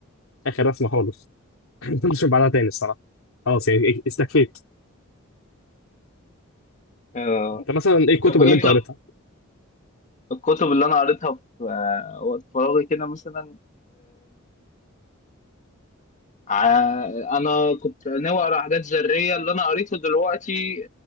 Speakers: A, on the left; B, on the left.
A: اخر رسمه خالص ما كنتش بعدها تاني الصراحه خلاص يعني إيه- استكفيت
B: آه.
A: انت مثلا ايه الكتب
B: طب ايه
A: اللي انت
B: طب
A: قريتها
B: الكتب اللي انا قريتها في آه، وقت فراغي كده مثلا ع- انا كنت ناوي اقرا حاجات ذريه اللي انا قريته دلوقتي